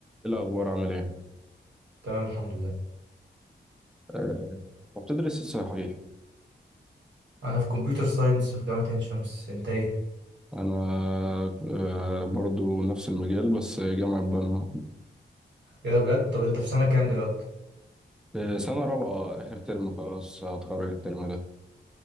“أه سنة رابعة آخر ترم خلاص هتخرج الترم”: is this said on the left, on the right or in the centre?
Centre